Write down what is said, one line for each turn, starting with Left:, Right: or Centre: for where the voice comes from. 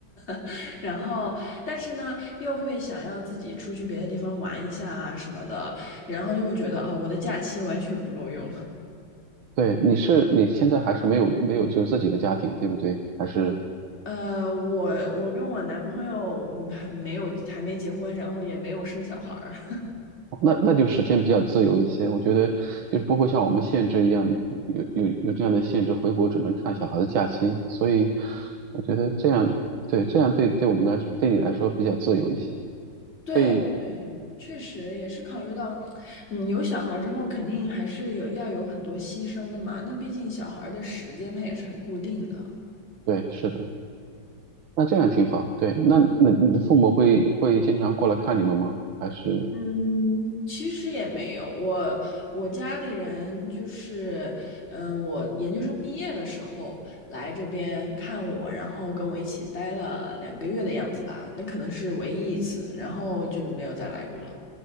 Left: <laughs> 然后但是呢又会想要自己出去别的地方玩一下啊什么的，然后就会觉得啊我的假期完全不够用。
Right: 对，你是你现在还是没有没有就自己的家庭，对不对？还是？
Left: 呃，我我跟我男朋友嗯还没有还没结婚，然后也没有生小孩儿。<laughs>
Right: 哦那那就时间比较自由一些，我觉得就是不会像我们限制一样，有有有这样的限制，回国只能看小孩的假期，所以我觉得这样，对，这样对对我们来，对你来说比较自由一些，
Left: 对嗯，
Right: 对
Left: 确实也是考虑到，嗯，有小孩儿之后肯定还是有要有很多牺牲的嘛。那毕竟小孩儿的时间它也是很固定的。
Right: 对，是的，那这样挺好，对，那那你的父母会会经常过来看你们吗？还是
Left: 嗯，其实也没有，我我家里人就是，嗯，我研究生毕业的时候来这边看我，然后跟我一起待了两个月的样子吧，那可能是唯一一次，然后就没有再来过了。